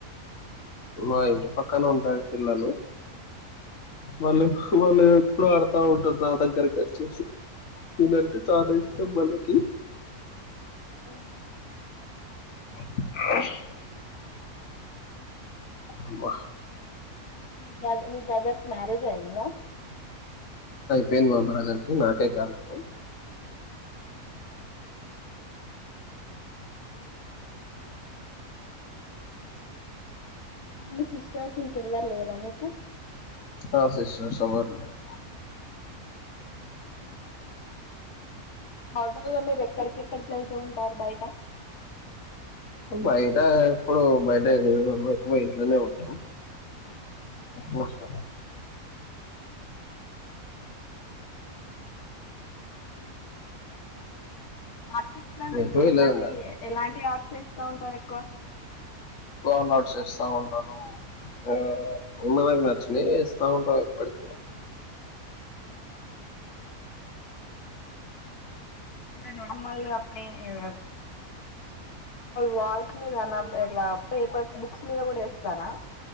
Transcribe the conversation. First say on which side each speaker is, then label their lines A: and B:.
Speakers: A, on the left; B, on the left.
A: మా ఇంటి పక్కన ఉంటాయి పిల్లలు. వాళ్ళు వాళ్ళ. ఎప్పుడు ఆడుతా ఉంటారు నా దగ్గరకి వచ్చేసి నేనంటే చాలా ఇష్టం వాళ్ళకి.
B: ఓహో.
A: <inaudible> అబ్బా.
B: మీ బ్రదర్ మీ బ్రదర్కి మ్యారేజ్. అయిందా.
A: పెను మాబ్రదర్ కి నాకే కాలేదు
B: ఉహూ. మీ సిస్టర్స్ ఇంకెవ్వరు లేరా మీకు.
A: ఆహ్ సిస్టర్స్ ఎవ్వరు లేరండి.
B: ఉమ్. నార్మల్ గా మీరు ఎక్కడికెక్కడికి వెళ్తూ ఉంటారు బయట.
A: బయట ఎప్పుడు బయట తిరగము ఎక్కువ ఇంట్లనే ఉంటాం ఎక్కువ శాతం.
B: ఆర్టిస్ట్ లంటే
A: ఎటు
B: మీరు
A: వెళ్ళదు
B: ఎట్లాంటి
A: ఇంకా
B: ఎలాంటి ఆర్. చేస్తా ఉంటారు ఎక్కువ.
A: వాల్ నట్స్ ఎస్తా ఉంటాను. ఆహ్ ఉన్నవే నచ్చియే ఎస్తా ఉంటా ఎప్పటికి.
B: అంటే నార్మల్ గా ప్లే నార్. వాల్స్ మీదనా ఇట్లా పేపర్స్ బుక్స్ మీద కూడా ఎస్తారా.